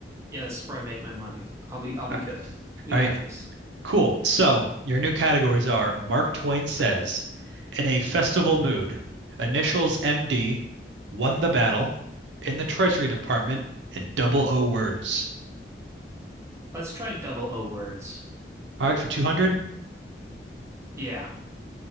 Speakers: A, on the right; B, on the right.
A: Yeah, this is where I make my money. I'll be I'll
B: All
A: be
B: right.
A: good. We
B: All
A: got
B: right.
A: this.
B: Cool. So your new categories are Mark Twain says, in a festival mood, initials MD, won the battle, in the Treasury Department, and double O words.
A: Let's try double O words.
B: All right, for 200.
A: Yeah.